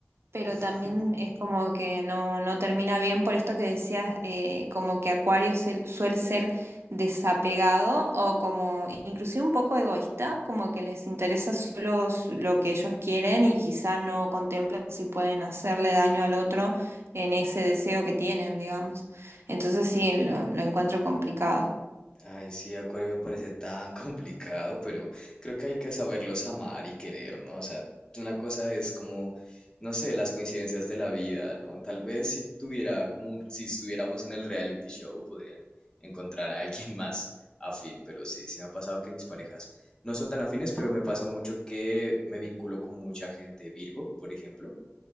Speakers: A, on the right (about 80°); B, on the left (about 20°).
A: pero
B: <laughs>
A: también es como que no, no termina bien por esto que decías, eh, como que Acuario se- suele ser desapegado o como inclusive un poco egoísta, como que les interesa solo s- lo que ellos quieren y quizá no contemplan si pueden hacerle daño al otro en ese deseo que tienen, digamos. Entonces sí, lo, lo encuentro complicado.
B: Ay, sí, Acuario me parece tan <laughs> complicado, pero creo que hay que saberlos amar y querer, ¿no? O sea, una cosa es como, no sé, las coincidencias de la vida, ¿no? Tal vez si tuviera como un- si estuviéramos en el reality show, podrían encontrar a alguien <laughs> más afín, pero sí, sí me ha pasado que mis parejas no son tan afines, pero me pasa mucho que me vinculo con mucha gente Virgo, por ejemplo,